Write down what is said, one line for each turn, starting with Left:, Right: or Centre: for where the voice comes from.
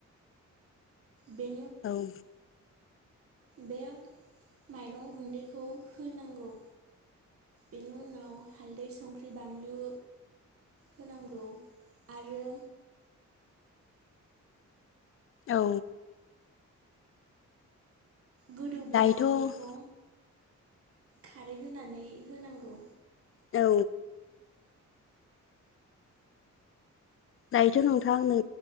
Right: बे
Left: औ
Right: बे माइरं गुन्दैखौ होनांगौ बेनि उनाव हाल्दै संख्रि ख्रि बानलु होनांगौ आरो
Left: औ
Right: गोदौब्ला
Left: दायोथ'
Right: बेखौ खारै होनानै होनांगौ
Left: औ दायोथ' नोंथां नै